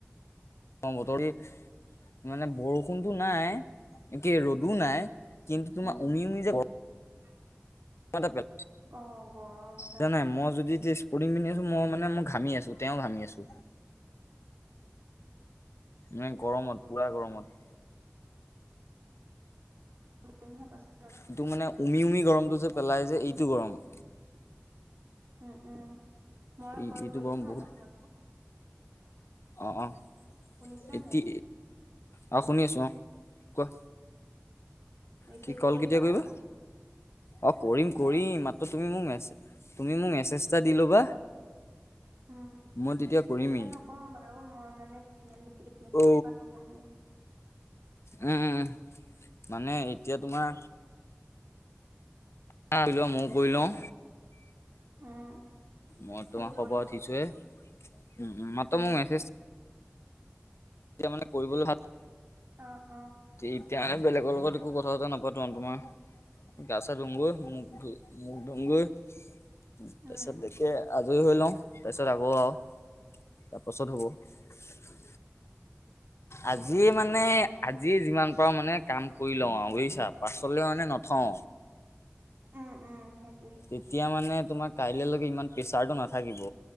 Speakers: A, on the left; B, on the right.
A: অ', বতৰ মানে বৰষুণতটো নাই, একে ৰ'দো নাই। কিন্তু, তোমাৰ
B: উম
A: উমি, উমি যে
B: <inaudible>
A: <unintelligible>
B: অ', গৰম এটা
A: জানাই
B: আছে।
A: মই যদি পুৰিং পিন্ধিআছো <unintelligible> মই মানে ঘামি আছোঁ তেওঁ ঘামি আছো। ন', গৰমত পুৰা গৰমত।
B: <inaudible>
A: এইটো মানে উমি, উমি গৰমটো যে পেলাই যে এইটো গৰম।
B: উম, উম, মই
A: এই
B: কল
A: এইটো
B: কৰিম
A: গৰম
B: হা
A: বহুত
B: পাছত। আকৌ
A: অ', অ',
B: শুনিছা
A: এতি
B: নাই?
A: অ, শুনি আছোঁ অ, কোৱা।
B: ৰিচিভ
A: কি, কল কেতিয়া কৰিবা
B: আকৌ,
A: অ, কৰিম,
B: মই
A: কৰিম মাত তুমি মোক মে তুমি মোক মেছেজ এটা দি ল'বা।
B: উম,
A: মই তেতিয়া কৰিমেই
B: এতিয়া নকৰো বাৰু, মই মানে তিনি আ-আলি
A: উম
B: পৰা আহি লওঁগে।
A: উম, উম, উম মানে এতিয়া তোমাৰ কৰি লোৱা, ময়োঁ কৰি লওঁ।
B: উম,
A: মই
B: খালি
A: তোমাক
B: কৰিম
A: খবত <unintelligible> উঠিছোয়ে।
B: আৰু
A: উম, মাত <unintelligible>
B: উম,
A: মোক মেছেজ এতিয়া মানে কৰিবলৈ ভাল
B: অ', অ',
A: এতিয়া মানে বেলেগৰ লগত একো কথা এটা নাপাতো আৰু তোমাৰ <unintelligible> <unintelligible> <unintelligible> তাৰপিছত দে আজৰি
B: উম।
A: হৈ লওঁ, তাৰপিছত আকৌ আৰু তাৰপাছত হ'ব। আজি মানে পৰা মানে কাম কৰি লওঁ, আৰু বুজিছাঁ পাছলৈ মানে নথওঁ।
B: উম, উম সেইটোৱে
A: তেতিয়া মানে তোমাৰ কাইলেলৈকে ইমান প্ৰেছাৰটো নাথাকিব।